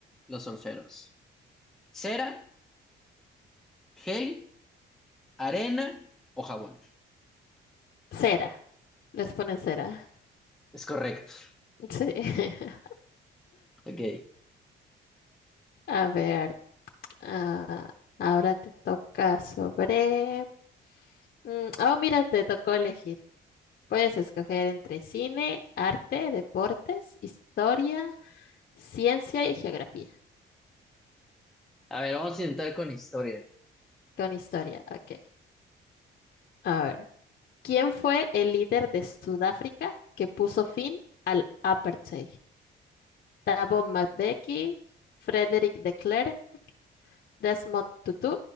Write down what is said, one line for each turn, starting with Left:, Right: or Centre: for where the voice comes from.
Centre: los surferos? ¿Cera, gel, arena o jabón?
Left: cera. Les ponen cera.
Centre: Es correcto.
Left: Sí. <laughs>
Centre: Ok.
Left: A ver, ah, ahora te toca sobre... mm, Oh, mira, te tocó elegir. Puedes escoger entre cine, arte, deportes, historia Ciencia y geografía,
Centre: A ver, vamos a intentar con historia.
Left: con historia, ok. A ver, ¿quién fue el líder de Sudáfrica que puso fin al apartheid? Thabo Mbeki, Frederick de Klerk, Desmond Tutu